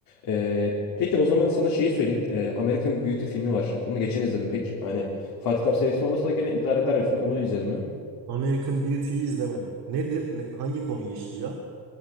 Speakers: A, on the left; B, on the right.
A: Ee, peki o zaman sana şeyi söyleyeyim. Ee, American Beauty filmi var. Onu geçen izledim. Pek hani Fight Club seviyesinde olmasa da gene idare eder bir film. Onu izledim mi?
B: American Beauty'yi izlemedim. Nedir? Ne- hangi konuyu işliyor?